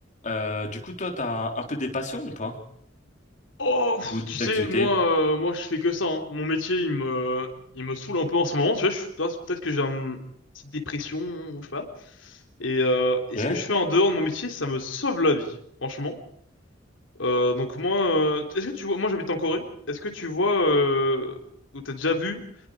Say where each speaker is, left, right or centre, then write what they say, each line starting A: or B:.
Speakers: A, on the left (about 40°); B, on the left (about 70°).
A: Euh, du coup, toi, t'as un peu des passions ou pas?
B: Oh, pff,
A: Ou des
B: tu sais,
A: activités?
B: moi, euh, moi, je fais que ça. hein. Mon métier, il me, il me saoule un peu en ce moment. Tu vois, je suis- peut-être que j'ai une petite dépression ou je sais pas. Et, euh, et
A: Ouais.
B: ce que je fais en dehors de mon métier, ça me sauve la vie, franchement. Euh, donc moi, euh, est-ce que tu vois, moi j'habite en Corée. Est-ce que tu vois euh, ou t'as déjà vu,